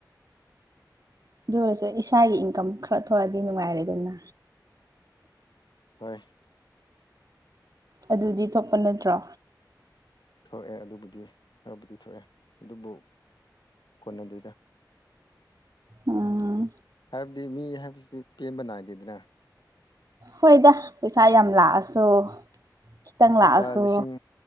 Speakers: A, on the right; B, on the left.
A: ꯑꯗꯨ ꯑꯣꯏꯔꯁꯨ ꯏꯁꯥꯒꯤ ꯏꯪꯀꯝ ꯈ꯭ꯔ ꯊꯣꯛꯑꯗꯤ ꯅꯨꯡꯉꯥꯏꯔꯦꯗꯅ
B: ꯍꯣꯏ
A: ꯑꯗꯨꯗꯤ ꯊꯣꯛꯄ ꯅꯠꯇ꯭ꯔꯣ
B: ꯊꯣꯛꯑꯦ ꯑꯗꯨꯕꯨꯗꯤ ꯈꯔꯕꯨꯗꯤ ꯊꯣꯛꯑꯦ ꯑꯗꯨꯕꯨ ꯀꯣꯟꯅꯗꯦꯗ
A: ꯎꯝ
B: ꯍꯥꯏꯕꯗꯤ ꯃꯤ ꯍꯥꯏꯕꯖꯤꯗꯤ ꯄꯦꯟꯕ ꯅꯥꯏꯗꯦꯗꯅ
A: ꯍꯣꯏꯗ ꯄꯩꯁꯥ ꯌꯥꯝ ꯂꯥꯛꯑꯁꯨ ꯈꯤꯇꯪ
B: ꯂꯨꯄꯥ
A: ꯂꯥꯛꯑꯁꯨ
B: ꯂꯤꯁꯤꯡ